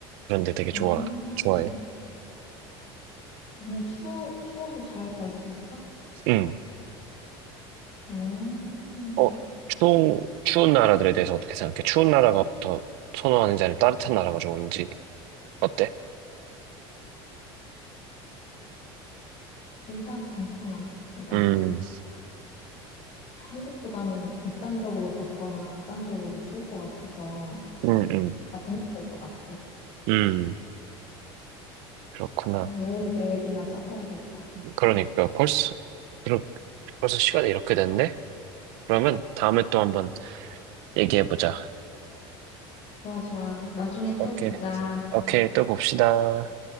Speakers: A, on the right; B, on the left.
A: 그런데 되게 좋아,
B: 아
A: 좋아해.
B: 정말 추워 추워도 잘 잘 수 있어?
A: 응.
B: 어어둘
A: 어, 추운, 추운 나라들에 대해서 어떻게 생각해? 추운 나라가 더 선호하는지 아니면 따뜻한 나라가 좋은지, 어때?
B: 다 괜찮아 나
A: 음,
B: 한국보다는 극단적으로 덥거나 극단적으로 추울 것 같아서
A: 음, 음,
B: 다 재밌을 것 같아
A: 음. 그렇구나.
B: 아 여행 계획이나 짜봐야겠다
A: 그러니까, 벌써, 그렇- 벌써 시간이 이렇게 됐네? 그러면 다음에 또 한번 얘기해보자.
B: 좋아 좋아 나중에
A: 오케이.
B: 또 보자
A: 오케이. 또 봅시다.